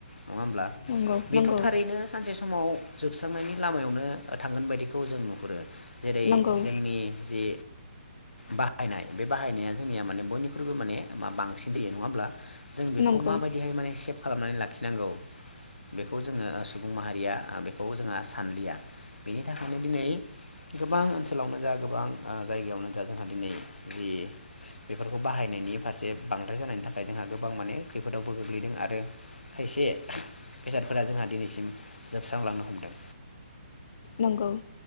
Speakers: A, on the left (about 75°); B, on the left (about 45°).
A: नङा ओमब्ला
B: नंगौ नंगौ
A: बेथ थारैनो सानसे समाव जोबस्रांनायनि लामायावनो थांगोन बायदिखौ जों नुहुरो। जेरै
B: नंगौ
A: जोंनि जि बाहायनाय बे बाहायनाया जोंनिया माने बयनिख्रुइबो माने बांसिन दैयो नङा ओमब्ला? जों बेखौ
B: नंगौ
A: माबायदिहाय माने सेफ खालामनानै लाखिनांगौ बेखौ जोङो ओ सुबुं माहारिया बेखौ जोंहा सानलिया बेनि थाखायनो दिनै गोबां ओनसोलावनो जा गोबां ओ जायगायावनो जा जोंहा दिनै जि बेफोरखौ बाहायनायनि फारसे बांद्राय जानायनि थाखाय हाय जोंहा गोबां माने खैफोदावबो गोग्लैदों आरो खायसे बेसादफोरा जोंहा दिनैसि जोबस्रांलांनो हमदों।
B: नंगौ